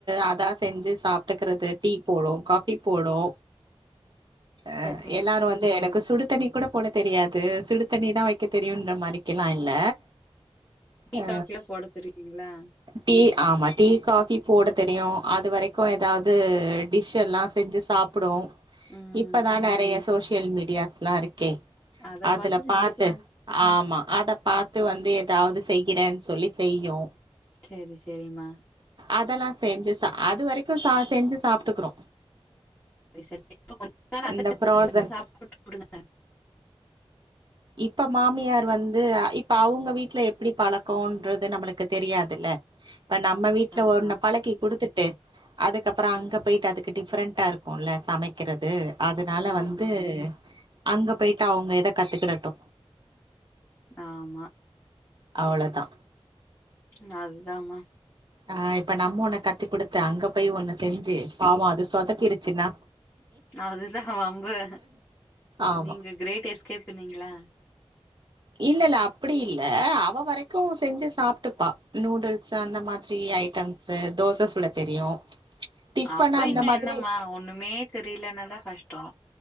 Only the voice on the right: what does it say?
அதா செஞ்சு சாப்ட்டுக்கறது டீ போடு காஃபி போடு அ
எல்லாரு வந்து எனக்கு சுடு தண்ணி கோட போட தெரியாது சுடு தண்ணி தா வக்க தெரியுன்ற மாரிக்கெல்லா இல்ல
அ
டீ ஆமா டீ காஃபி போட தெரியு அது வரைக்கு எதாது டிஷ் எல்லா செஞ்சு சாப்புடு
இப்பதா நறைய சோஷியல் மீடியாஸ்லா இருக்கே
அதுல
பாத்து ஆமா அத பாத் து வந்து எதாவுது செய்யறேனு சொல்லி செய்யு
அதெல்லா செஞ்சு சா அது வரைக்கு ச செஞ்சு சாப்டுக்குரு
இந்த ஃப்ரோசன்
இப்ப மாமியார் வந்து இப் அவுங்க வீட்ல எப்டி பழக்கன்றது நம்முளுக்கு தெரியாதில்ல இப்ப நம்ம வீட்ல
ஒன்ன பழக்கி குடுத்துட்டு அதுக்கப்புற அங்க போய்ட்டு அதுக்கு டிஃப்ரெண்ட்டா இருக்குல்ல சமைக்கறது அதனால
வந்து அங்க போயிட்டு அவங்க இத கத்துக்கிடட்டு
அவ்ளதா
அ இப்ப நம்ம ஒன்ன கத்து குடுத்து அங்க போயி ஒன்னு செஞ்சு பாவ அது சொதப்பிருச்சுனா
ஆமா
இல்ல இல்ல அப்படி இல்ல அவ வரைக்கு செஞ்சு சாப்டுப்பா நூடுல்ஸ் அந்த மாதிரி ஐட்டம்ஸு தோச சுட தெரியு டிஃபன்
அந்த
மாதிரி